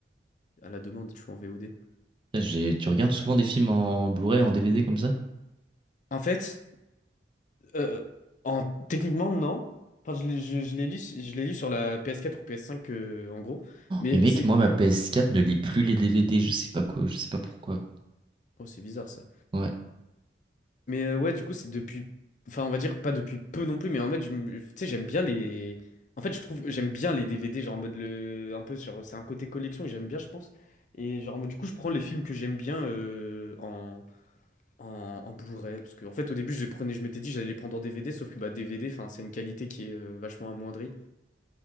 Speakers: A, on the left; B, on the right.
A: à la demande, tu vois, en VOD.
B: Putain, J'ai, tu regardes souvent des films en Blu-ray, en DVD comme ça?
A: En fait, euh, en... techniquement, non. Enfin, je, l'ai je- je l'ai lu, je l'ai lu sur la PS4 ou PS5, euh, en gros. Mais
B: Mais mec,
A: c'est
B: moi ma PS4 ne lit plus les DVD, je sais pas quoi, je sais pas pourquoi.
A: Oh, c'est bizarre ça.
B: Ouais.
A: Mais euh, ouais, du coup, c'est depuis. Enfin, on va dire pas depuis peu non plus, mais en fait, je me- tu sais, j'aime bien les. En fait, je trouve. J'aime bien les DVD, genre en mode le. Un peu, genre, c'est un côté collection que j'aime bien, je pense. Et genre, en mode, du coup, je prends les films que j'aime bien euh, en. En, en Blu-ray, parce que en fait au début je les prenais, je m'étais dit j'allais les prendre en DVD, sauf que bah DVD, enfin c'est une qualité qui est euh, vachement amoindrie.